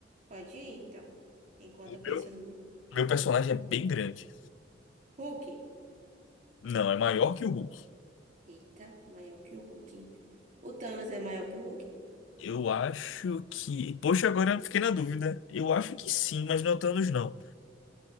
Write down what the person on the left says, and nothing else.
O
meu,
meu personagem é bem grande.
Não, é maior que o Hulk.
Eu acho que. Poxa, agora eu fiquei na dúvida. Eu acho que sim, mas não é o Thanos, não.